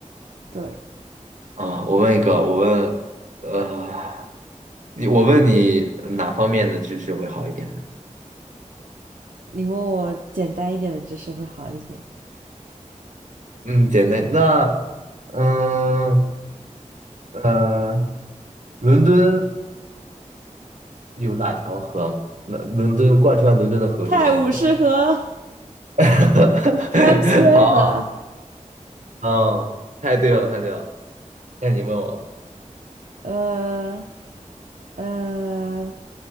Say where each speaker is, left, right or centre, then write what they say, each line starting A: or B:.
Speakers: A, on the right; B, on the right.
A: 对，
B: 啊，我问一个，我问，呃，你我问你哪方面的知识会好一点呢？
A: 你问我简单一点的知识会好一点。
B: 嗯，简单。那嗯呃，伦敦有哪条河吗那伦敦贯穿伦敦的河是什么河？
A: 泰晤士河
B: <laughs>
A: （Thames River）。
B: 好，嗯，太对了，太对了。那你问我了，
A: 呃呃，